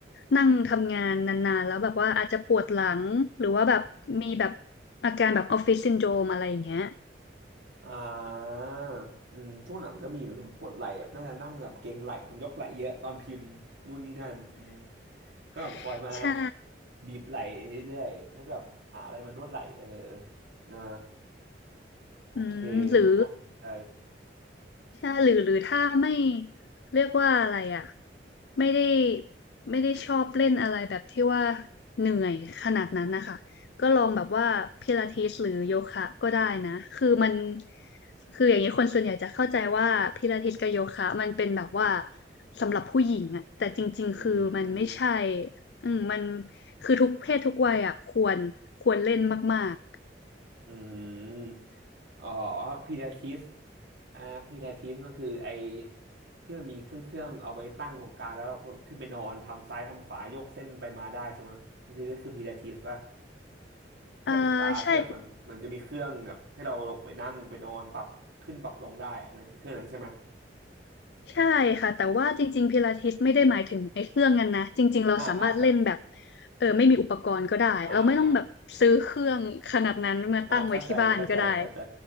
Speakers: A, on the left (about 65°); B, on the right (about 80°).
A: นั่งทำงานนานๆแล้วแบบว่าอาจจะปวดหลังหรือว่าแบบมีแบบอาการแบบออฟฟิศซินโดรมอะไรอย่างเงี้ย
B: อ่าอืมช่วงหลังก็มีเหมือนกับปวดไหล่แบบน่าจะนั่งแบบเกร็งไหล่มันยกไหล่เยอะตอนพิมพ์นู่นนี่นั่นอืมต้องแบบคอยมา
A: <laughs> ใช่
B: บีบไหล่เรื่อยๆแล้วก็แบบหาอะไรมานวดไหล่เอออ่าโอเค
A: อืมหรือ
B: น่าสนใจ
A: ใช่หรือหรือถ้าไม่เรียกว่าอะไรอ่ะไม่ได้ไม่ได้ชอบเล่นอะไรแบบที่ว่าเหนื่อยขนาดนั้นนะคะก็ลองแบบว่าพิลาทิสหรือโยคะก็ได้นะคือมันคืออย่างนี้คนส่วนใหญ่จะเข้าใจว่าพิลาทิสกับโยคะมันเป็นแบบว่าสำหรับผู้หญิงอะแต่จริงๆคือมันไม่ใช่
B: อืม
A: อืมมันคือทุกเพศทุกวัยอะควรควรเล่นมาก
B: อืมอ๋อพิลาทิสอ่าพิลาทิสมันคือไอที่มันมีเครื่องเครื่องเอาไว้ตั้งตรงกลางแล้วก็ขึ้นไปนอนทำซ้ายทำขวายกเส้นไปมาได้ใช่ไหมมันคือก็คือพิลาทิสป่ะ
A: ๆเอ่อใช่
B: ถ้าเป็นคลาสเนี่ยมันมันจะมีเครื่องแบบให้เราลงไปนั่งไปนอนปรับขึ้นปรับลงได้อันนั้นคือเครื่องนั้นใช่ไหม
A: ใช่ค่ะแต่ว่าจริงๆ พิลาทิสไม่ได้หมายถึงไอ้เครื่องนั้นนะจริงๆเราสามารถเล่นแบบ
B: อ่าอ่าค่ะ
A: เออไม่มีอุปกรณ์ก็ได้เราไม่ต้องแบบซื้อเครื่องขนาดนั้นมาตั้งไว้ที่บ้านก็ได้
B: อ่าอ่าเข้าใจเข้าใจเข้าใจ